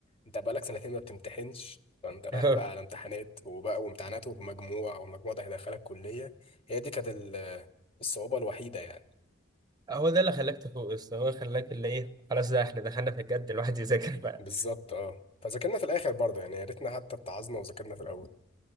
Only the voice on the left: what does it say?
انت بقالك سنتين ما بتمتحنش فانت رايح
بقى على امتحانات وبقى وامتحانات وبمجموع والمجموع ده هيدخلك كلية هي دي كانت ال- الصعوبة الوحيدة يعني
بالظبط اه فذاكرنا في الاخر برضه يعني يا ريتنا حتى اتعظنا وذاكرنا في الاول